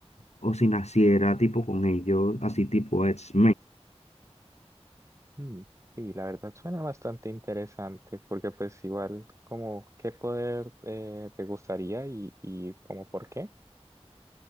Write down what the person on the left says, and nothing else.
o si naciera tipo con ellos, así tipo x